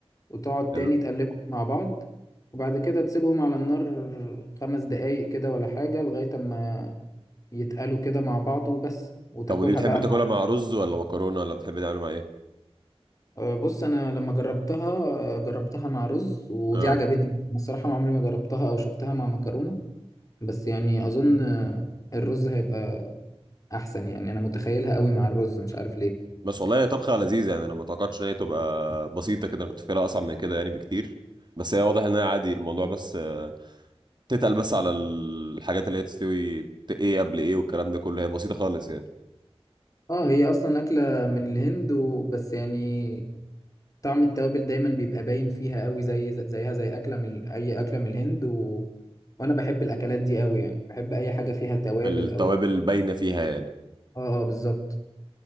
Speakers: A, on the left (about 35°); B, on the right (about 45°).
A: وتقعد تاني
B: حلو
A: تقلبهم مع بعض وبعد كده تسيبهم على النار خمس دقايق كده ولا حاجة لغاية أما يتقلوا كده مع بعض وبس وتاكلها
B: طب ودي بتحب
A: بقى
B: تاكلها
A: مع
B: مع رز ولا مكرونه ولا بتحب تعملها مع ايه
A: آه، بص أنا لما جربتها آه، جربتها مع رز ودي
B: اه
A: عجبتني أنا الصراحة عمري ما جربتها أو شفتها مع مكرونة بس يعني أظن آه، الرز هيبقى أحسن يعني أنا متخيلها قوي مع الرز مش عارف ليه
B: بس والله هي طبخه لذيذه يعني انا ما توقعتش ان هي تبقى بسيطه كده انا كنت فاكرها اصعب من كده يعني بكتير بس هي واضح ان هي عادي الموضوع بس آه، تتقل بس على الحاجات اللي هي تستوي ت- ايه قبل ايه والكلام ده كله هي بسيطه خالص يعني
A: اه هي اصلا اكله من الهند وبس يعني طعم التوابل دايما بيبقى باين فيها قوي زي زي- زيها زي اكله من اي اكله من الهند و... وانا بحب الاكلات دي قوي يعني بحب اي حاجه فيها توابل
B: التوابل
A: او
B: باينه فيها يعني
A: اه اه بالظبط